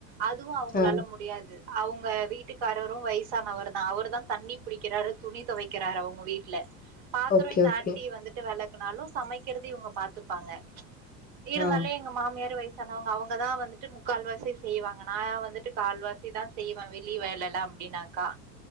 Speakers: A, on the right; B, on the left.
A: அதுவு அவங்களால
B: ஆ
A: முடியாது அவங்க வீட்டுக்காரரு வயசானவரு தா அவரு தா தண்ணி புடிக்கிறாரு துணி தொவைக்கிறாரு அவங்க வீட்டுல பாத்திரோ
B: ஓகே
A: இந்த
B: ஓகே
A: ஆண்டி வந்து ட்டு வெளக்குனாலு சமைக்கிறது இவங்க பாத்துப்பாங்க இருந்தாலே
B: ஆ
A: எங்க மாமியாரு வயசானவங்க அவங்க தா வந்துட்டு முக்கால்வாசி செய்வாங்க நா வந்துட்டு கால்வாசி தா செய்வேன் வெளிய வேல அப்டின்னாக்கா